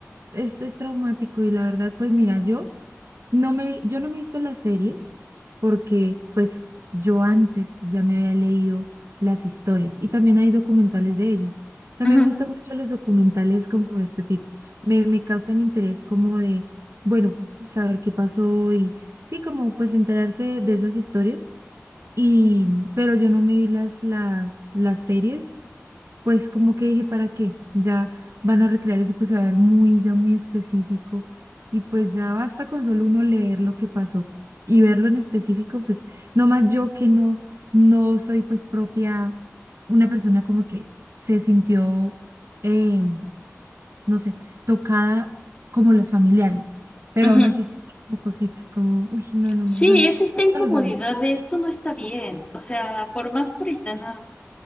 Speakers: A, on the right (about 60°); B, on the left (about 25°).
A: es, es traumático y la verdad, pues mira, yo... No me, yo no me he visto las series porque pues yo antes ya me había leído las historias y también hay documentales de ellos. O sea,
B: ujú,
A: me gustan mucho los documentales como este tipo. Me, me causan interés como de, bueno, saber qué pasó y sí, como pues enterarse de, esas historias. Y, pero yo no me vi las, las, las series pues como que dije, ¿para qué? Ya van a recrear eso, y pues se va a ver muy, ya muy específico. Y pues ya basta con solo uno leer lo que pasó y verlo en específico, pues nomás yo que no, no soy pues propia, una persona como que se sintió, eh, no sé, tocada como las familiares, pero
B: ujú.
A: aún así sentí como cosita, como, uy, no, no,
B: Sí,
A: no, yo no,
B: es esta incomodidad
A: no los voy a ver.
B: de esto no está bien. O sea, por más puritana